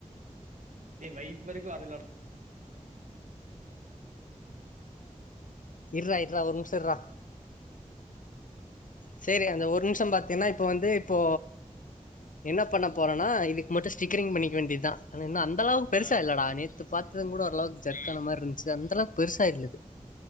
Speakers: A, on the right; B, on the left.
A: டே வைப்பருக்கு <unintelligible>
B: இர்றா இர்றா ஒரு நிம்ஷோ இர்றா சேரி அந்த ஒரு நிம்ஷோ பாத்தின்னா இப்ப வந்து இப்போ என்ன பண்ண போறனா இதுக்கு மட்டு ஸ்டிக்கரிங் பண்ணிக்க வேண்டி தா ஆனா என்ன அந் தளவுக்கு பெருசா
A: ஆ
B: இல்லடா நேத் து பாத்ததுங்கூட ஓரளவுக்கு ஜர்க்கான மாரி இருந்துச்சு அந்த அளவுக்கு பெருசா இல்ல அது